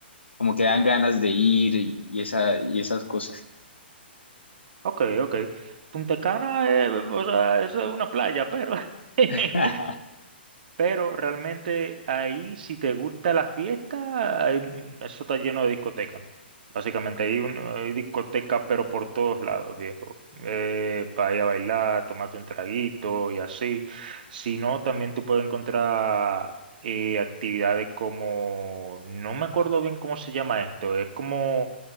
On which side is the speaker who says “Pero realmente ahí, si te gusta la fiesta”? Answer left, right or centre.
Right